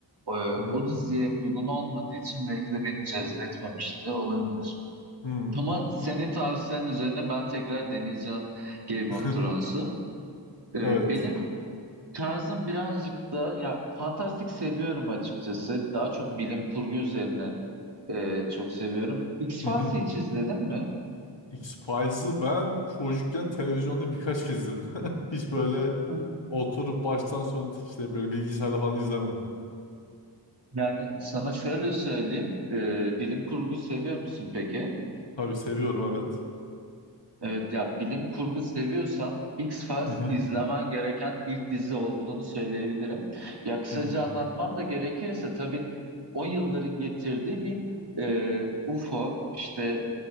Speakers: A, on the right; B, on the left.
A: e,
B: Hı
A: o diziye uygun olmadığı için belki de beni cezbetmemişti olabilir.
B: hı.
A: Ama senin tavsiyen üzerine ben tekrar deneyeceğim Game
B: <laughs>
A: of Thrones'u. E,
B: Evet.
A: benim tarzım birazcık da ya fantastik seviyorum açıkçası. Daha çok bilim kurgu üzerine ee, çok seviyorum. X-Files'i
B: Hı hı.
A: hiç izledin mi?
B: X-Files'ı ben çocukken televizyonda birkaç kez izledim. <laughs> Hiç böyle
A: Hı.
B: oturup baştan sona işte böyle bilgisayarla falan izlemedim.
A: Yani sana şöyle söyleyeyim. e, bilim kurgu seviyor musun peki?
B: Tabii seviyorum evet.
A: Evet ya bilim kurgu seviyorsan X-Files
B: Hı hı.
A: izlemen gereken ilk dizi olduğunu söyleyebilirim. Ya kısaca
B: Hı
A: anlatmam da gerekirse tabii o yılların getirdiği bir e, UFO işte